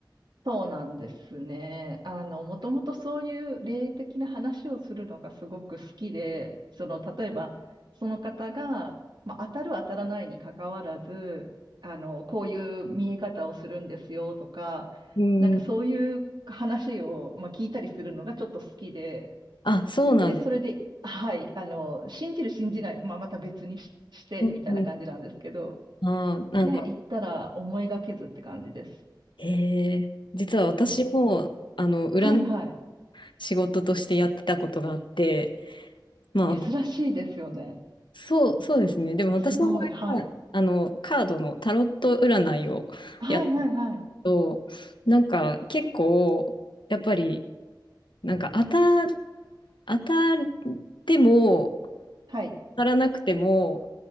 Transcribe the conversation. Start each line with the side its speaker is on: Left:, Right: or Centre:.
Right: そうなんですね。あの、もともとそういう霊的な話をするのがすごく好きで、その、例えば、その方が、まあ、当たる当たらないにかかわらず、あの、こういう見え方をするんですよとか、
Left: うん。
Right: なんかそういう話を、まあ、聞いたりするのがちょっと好きで、
Left: あ、そうなんです。
Right: で、それで、はい、あの、信じる信じない、まあ、また別にし、してみたいな感じなんですけど、
Left: うんうん。ああ、なんか、
Right: で、行ったら思いがけずって感じです。
Left: ええ実は私も、
Right: うん
Left: あの、占
Right: はいはい。
Left: 仕事としてやってたことがあって、まあ、
Right: 珍しいですよね。
Left: そう、そうですね。でも私の場合は、
Right: すごい。はい。
Left: あの、カードのタロット占いをやる
Right: はいはいはい。
Left: と、なんか結構、やっぱり、なんか当た、当たっても、
Right: はい。
Left: 当たらなくても、